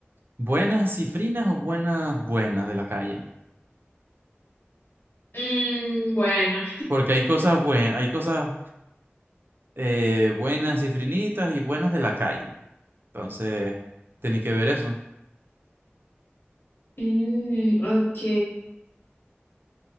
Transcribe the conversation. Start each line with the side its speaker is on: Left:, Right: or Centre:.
Right: buenas cifrinas o buenas buenas de la calle.
Left: Mm, bueno.
Right: Porque hay cosas buenas, hay cosas eh, buenas cifrinitas y buenas de la calle. Entonces, tenía que ver eso.
Left: Mm, ok.